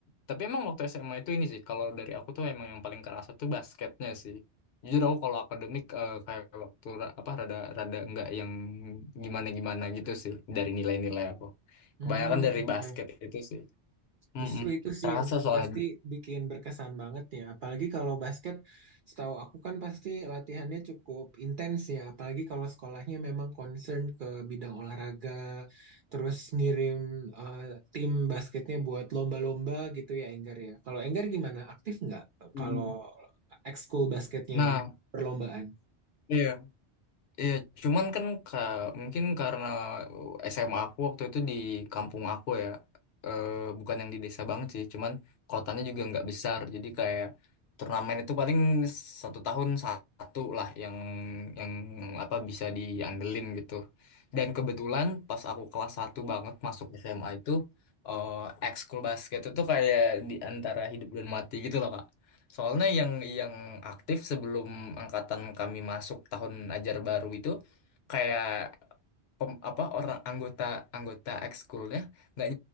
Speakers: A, on the left; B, on the right.
A: tapi emang waktu SMA itu ini sih. Kalau dari aku tuh emang yang paling kerasa tuh basketnya sih. Jujur aku kalau akademik eh, kayak waktu ra- apa rada rada nggak yang gimana gimana gitu sih dari nilai-nilai aku.
B: Hmm,
A: Kebanyakan dari
B: oke.
A: basket itu sih. Mm-mm.
B: Justru itu sih
A: Kerasa
B: yang
A: soalnya.
B: pasti bikin berkesan banget ya. Apalagi kalau basket, setahu aku kan pasti latihannya cukup intens ya. Apalagi kalau sekolahnya memang concern ke bidang olahraga, terus ngirim eh, tim basketnya buat lomba-lomba gitu ya, Enggar ya. Kalau Enggar gimana? Aktif nggak
A: Mm.
B: kalau ekskul basketnya
A: Nah,
B: perlombaan?
A: iya. Iya, cuman kan ka- mungkin karena SMA aku waktu itu di kampung aku ya, eh, bukan yang di desa banget sih, cuman kotanya juga nggak besar, jadi kayak turnamen itu paling satu tahun satu lah yang yang apa bisa diandelin gitu. Dan kebetulan pas aku kelas satu banget masuk SMA itu, eh ekskul basket itu kayak di antara hidup dan mati gitu loh Soalnya yang yang aktif sebelum angkatan kami masuk tahun ajar baru itu kayak pem- apa orang anggota anggota ekskulnya nggak